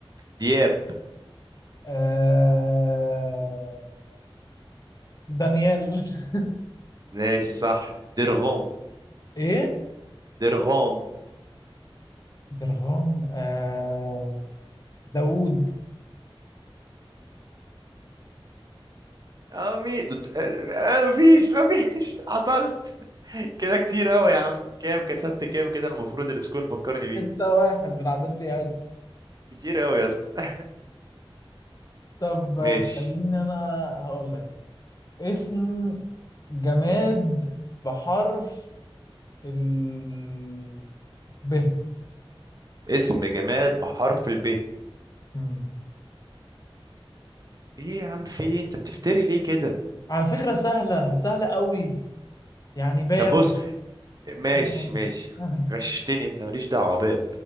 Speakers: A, on the right; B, on the left.
A: دياب
B: آه... دانيال <laughs>
A: ماشي صح درغوم
B: ايه
A: درغوم
B: درغام آه... داوود
A: أمي د- د- آه، مفيش مفيش <laughs> عطلت كده كتير أوي يا عم كام كسبت كام كده المفروض السكور فكرني بيه
B: ستة واحد بالعدد بيعد
A: كتير أوي يا اسطى <laughs>
B: طب
A: ماشي
B: خليني انا هقول لك اسم جماد بحرف ال ب
A: اسم جماد بحرف الب
B: مم.
A: ايه يا عم في ايه انت بتفتري ليه كده
B: على فكرة سهلة سهلة قوي يعني باب
A: طب بص ماشي
B: مثلا
A: ماشي
B: <laughs>
A: غششتني انت ماليش دعوه باب